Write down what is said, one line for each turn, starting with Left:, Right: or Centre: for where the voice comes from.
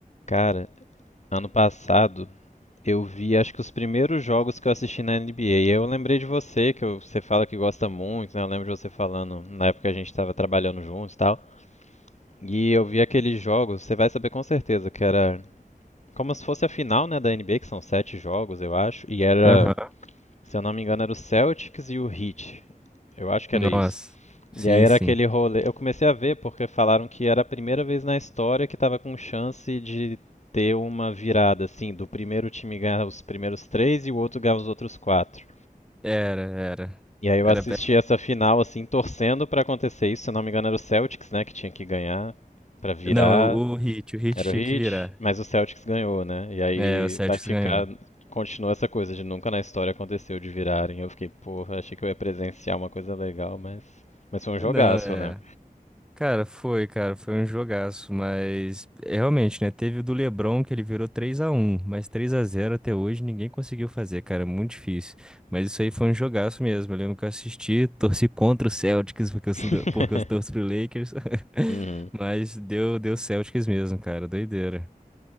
Left: Cara, ano passado eu vi acho que os primeiros jogos que eu assisti na NBA. E eu lembrei de você, que eu- você fala que gosta muito, né? Eu lembro de você falando na época que a gente tava trabalhando juntos e tal. E eu vi aqueles jogos, você vai saber com certeza, que era como se fosse a final, né, da NBA, que são sete jogos, eu acho. E era,
Centre: Aham.
Left: se eu não me engano, era o Celtics e o Heat. Eu acho que
Centre: Nossa.
Left: era isso.
Centre: Sim,
Left: E aí era
Centre: sim.
Left: aquele rolê. Eu comecei a ver porque falaram que era a primeira vez na história que tava com chance de ter uma virada, assim, do primeiro time ganhar os primeiros três e o outro ganhar os outros quatro.
Centre: Era, era.
Left: E aí
Centre: Era.
Left: eu assisti
Centre: pe-
Left: essa final, assim, torcendo pra acontecer isso. Se eu não me engano, era o Celtics, né, que tinha que ganhar pra virar.
Centre: Não, o, o Hit, o Hit
Left: Era
Centre: tinha
Left: o Heat,
Centre: que virar.
Left: mas o Celtics ganhou, né? E aí
Centre: É, o Celtics
Left: vai ficar.
Centre: ganhou.
Left: Continua essa coisa de nunca na história aconteceu de virarem. Eu fiquei, porra, achei que eu ia presenciar uma coisa legal, mas. Mas foi um
Centre: Não,
Left: jogaço,
Centre: é.
Left: né?
Centre: Cara, foi, cara, foi um jogaço, mas é, realmente, né? Teve o do LeBron que ele virou três a um mas três a zero até hoje ninguém conseguiu fazer, cara, é muito difícil. Mas isso aí foi um jogaço mesmo. Eu lembro que eu assisti, torci contra o Celtics porque eu,
Left: <laughs>
Centre: sou do- porque eu torço pro Lakers, <laughs>
Left: Uhum.
Centre: mas deu, deu Celtics mesmo, cara, doideira.